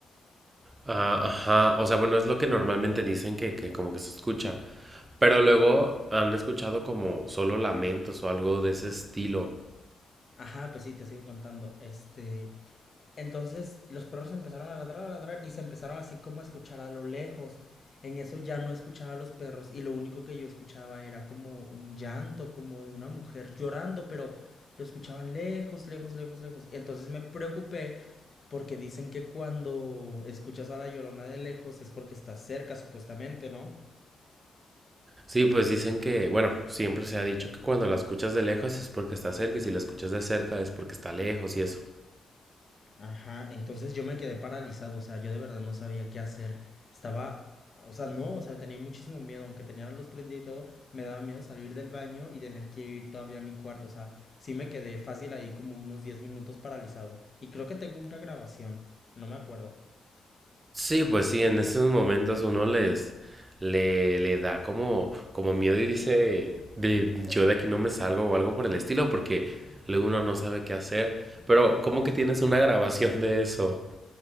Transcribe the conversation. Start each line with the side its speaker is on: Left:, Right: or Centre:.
Right: Ah, ajá, o sea, bueno, es lo que normalmente dicen que, que como que se escucha. Pero luego han escuchado como solo lamentos o algo de ese estilo.
Left: Ajá, pues sí, te sigo contando. Este, Entonces los perros empezaron a ladrar, a ladrar y se empezaron así como a escuchar a lo lejos. En eso ya no escuchaba a los perros y lo único que yo escuchaba era como un llanto, como de una mujer llorando, pero lo escuchaba lejos, lejos, lejos, lejos. Entonces me preocupé porque dicen que cuando escuchas a la llorona de lejos es porque estás cerca, supuestamente, ¿no?
Right: Sí, pues dicen que, bueno, siempre se ha dicho que cuando la escuchas de lejos es porque está cerca y si la escuchas de cerca es porque está lejos y eso.
Left: Ajá, entonces yo me quedé paralizado, o sea, yo de verdad no sabía qué hacer. Estaba, o sea, no, o sea, tenía muchísimo miedo, aunque tenía la luz prendida y todo, me daba miedo salir del baño y tener que ir todavía a mi cuarto, o sea, sí me quedé fácil ahí como unos 10 minutos paralizado. Y creo que tengo una grabación, no me acuerdo.
Right: Sí, pues sí, en esos momentos uno les le, le da como, como miedo y dice, de, yo de aquí no me salgo o algo por el estilo, porque luego uno no sabe qué hacer. Pero, ¿cómo que tienes una grabación de eso?